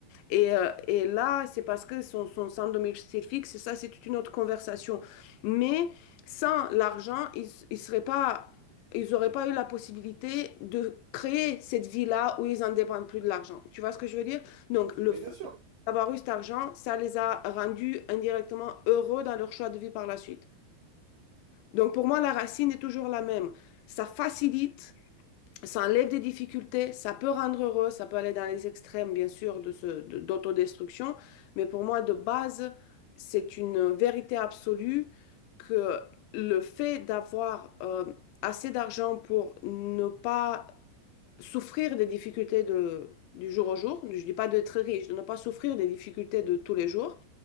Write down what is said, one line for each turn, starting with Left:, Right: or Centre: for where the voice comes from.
Left: Et, euh, et là, c'est parce que sont, sont sans domicile fixe, ça, c'est toute une autre conversation. Mais sans l'argent, ils, ils seraient pas... Ils n'auraient pas eu la possibilité de créer cette vie-là où ils en dépendent plus de l'argent. Tu vois ce que je veux dire? Donc, le
Right: Mais
Left: fait
Right: bien sûr,
Left: d'avoir eu cet argent, ça les a rendus indirectement heureux dans leur choix de vie par la suite. Donc pour moi, la racine est toujours la même. Ça facilite, ça enlève des difficultés, ça peut rendre heureux, ça peut aller dans les extrêmes, bien sûr, de ce, de- d'autodestruction, mais pour moi, de base, c'est une vérité absolue que le fait d'avoir euh, assez d'argent pour ne pas souffrir des difficultés de, du jour au jour, je ne dis pas d'être riche, de ne pas souffrir des difficultés de tous les jours,